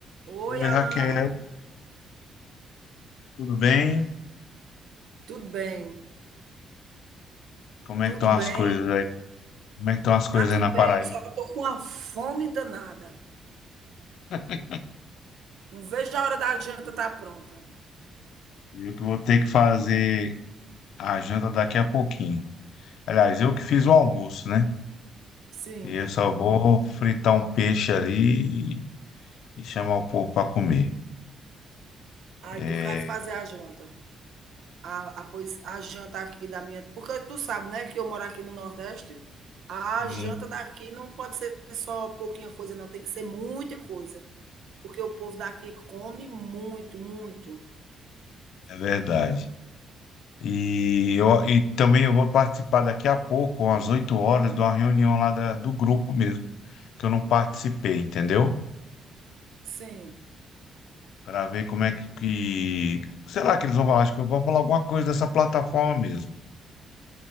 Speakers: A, on the right (about 75°); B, on the left (about 75°).
A: Oi,
B: Oi,
A: Alan.
B: Raquel, tudo bem?
A: Tudo bem?
B: Como
A: Tudo
B: é que estão as
A: bem?
B: coisas aí? Como é que estão as coisas
A: Tá tudo
B: aí na
A: bem,
B: Paraíba?
A: só tô com uma fome danada.
B: <laughs>
A: Não vejo a hora da janta estar pronta.
B: E Eu que vou ter que fazer a janta daqui a pouquinho. Aliás, eu que fiz o almoço, né?
A: Sim.
B: E eu só vou fritar um peixe ali e chamar o povo para comer.
A: Aí
B: É,
A: tu quer fazer a janta. A, a, pois, a janta aqui da minha. Porque tu sabe, né, que eu moro aqui no Nordeste. A
B: sim.
A: janta daqui não pode ser só pouquinha coisa, não. Tem que ser muita coisa. Porque o povo daqui come muito, muito.
B: é verdade. E, eu, e também eu vou participar daqui a pouco, às 8 horas, de uma reunião lá da- do grupo mesmo, que eu não participei, entendeu?
A: Sim,
B: para ver como é que, que- Será que eles vão falar? Acho que eu vou falar alguma coisa dessa plataforma mesmo.